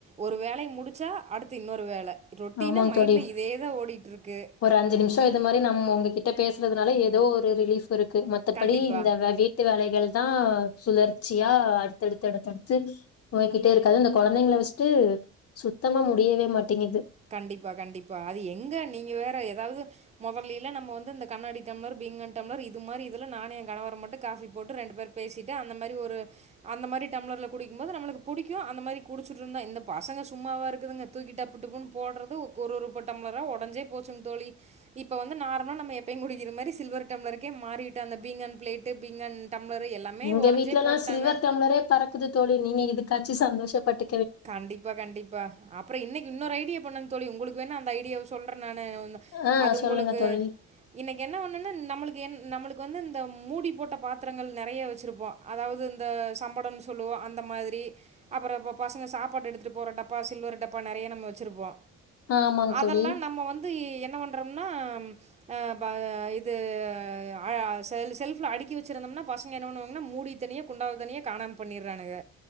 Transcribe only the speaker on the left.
ஆமாங்க
தோழி
ஒரு அஞ்சு நிமிஷோ இது மாரி நம்ம உங்ககிட்ட பேசுறதுனால எதோ ஒரு ரிலீஃப் இருக்கு மத்தபடி
இந்த வீட்டு வேலைகள் யா சுழற்சியா அடுத்தடுத்து அடுத்தடுத்து போய்கிட்டே இருக்காது இந்த கொழந்தைங்கள வச்ட்டு சுத்தமா முட் முடியவே மாட்டேங்குது
எங்க
வீட்லலா
சில்வர் டம்ளரே பறக்குது தோழி நீங்க இதுக் காச்சு சந்தோஷ பட்டு
ஆ
சொல்லுங்க தோழி
ஆமாங்க
தோழி